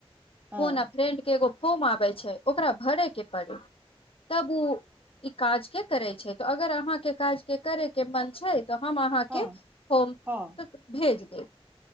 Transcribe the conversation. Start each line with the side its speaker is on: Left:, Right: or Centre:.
Right: हँ
Left: कोना फ्रेड के एगो फर्म आबै छै ओकरा भरे के पड़े तब ओ ई काज के करै छै त अगर अहाँके काज के करय के मन छै तऽ हम अहाँके
Right: हँ
Left: हो भेज
Right: हँ
Left: देब